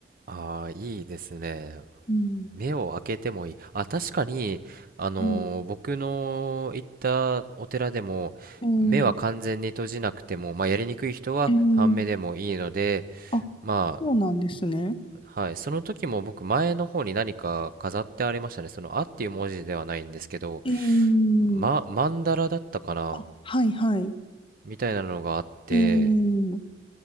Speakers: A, on the right; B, on the left.
A: あー、いいですね。
B: うん。
A: 目を開けてもいい。あ、確かに、あのー僕の行ったお寺でも、
B: うん。うん
A: 目は完全に閉じなくても、まあ、やりにくい人は半目でもいいので、
B: えー、あ、
A: ま
B: そうなんですね。
A: あ、はい、その時も僕、前の方に何か飾ってありましたね。その、あっていう文字ではないんですけど、
B: えー、
A: ま、曼荼羅だったかな
B: あ、はいはい。
A: みたいなのがあって、
B: えー、